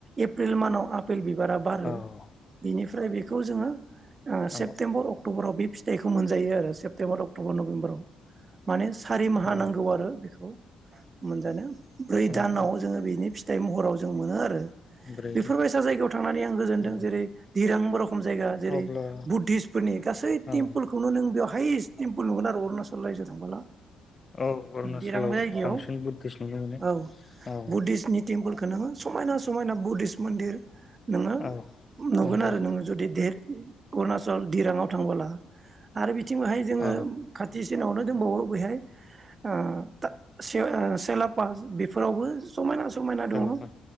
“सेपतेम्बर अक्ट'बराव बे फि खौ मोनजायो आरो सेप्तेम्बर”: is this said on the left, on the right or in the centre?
Right